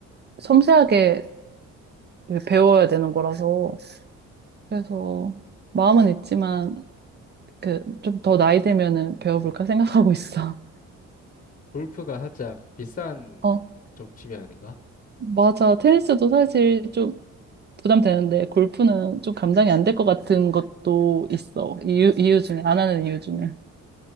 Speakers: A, on the right; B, on the left.
A: 섬세하게 배워야 되는 거라서 그래서 마음은 있지만 그 좀 더 나이 되면은 배워볼까 생각하고 있어.
B: 골프가 살짝 비싼
A: 어
B: 쪽 취미 아닌가?
A: 맞아 테니스도 사실 좀 부담되는데 골프는 좀 감당이 안 될 것 같은 것도 있어 이유 이유 중에 안 하는 이유 중에.